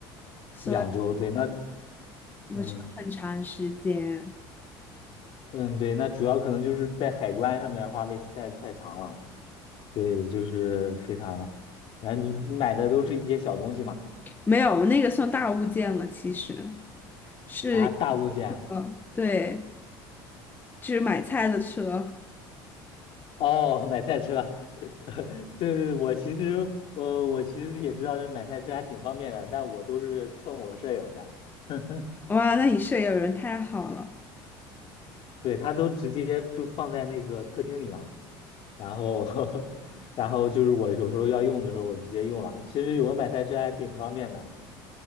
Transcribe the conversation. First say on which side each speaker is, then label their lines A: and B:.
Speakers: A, on the left; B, on the left.
A: 所以
B: 两周，对，那
A: 不是很长时间。
B: 嗯嗯对，那主要可能就是在海关上面花费实在太长了，对，就是非常，然后你你买的都是一些小东西嘛，
A: 没有，那个算大物件了，其实是一
B: 啊，大物件。
A: 个，对，就是买菜的车。
B: <laughs> 哦，买菜车，<laughs> 对对对，我其实我我其实也知道这买菜车还挺方便的，但我都是蹭我舍友的，<laughs>
A: 哇，那你舍友人太好了，
B: 对他都直接就放在那个客厅里嘛，然后 <laughs> 然后就是我有时候要用的时候我直接用了，其实有个买菜车还挺方便的，